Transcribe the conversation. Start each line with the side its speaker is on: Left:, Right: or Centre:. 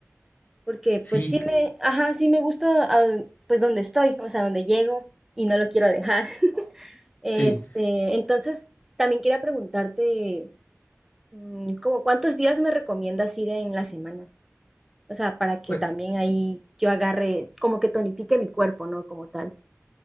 Centre: porque pues
Left: Sí,
Centre: sí me, ajá, sí me gusta ah, pues donde estoy, o sea, donde llego y no lo quiero dejar. <laughs> Este,
Left: sí.
Centre: entonces, también quería preguntarte, mm, como cuántos días me recomiendas ir en la semana? O sea, para que
Left: Pues,
Centre: también ahí yo agarre, como que tonifique mi cuerpo, ¿no? Como tal.